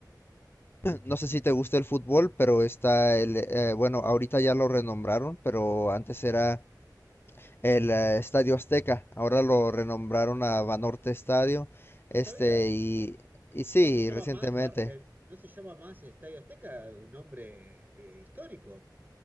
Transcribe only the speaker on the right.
No
sabía.
No se llama
más bar, eh, no se llama más Estadio Azteca, un nombre eh, histórico.